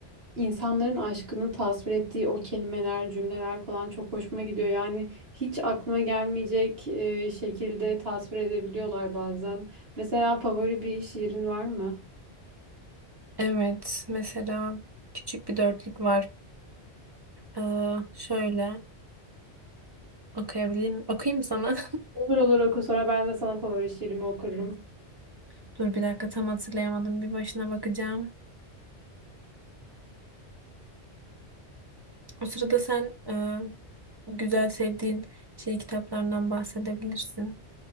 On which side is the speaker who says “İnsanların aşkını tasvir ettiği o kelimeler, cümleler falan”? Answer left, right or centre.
Right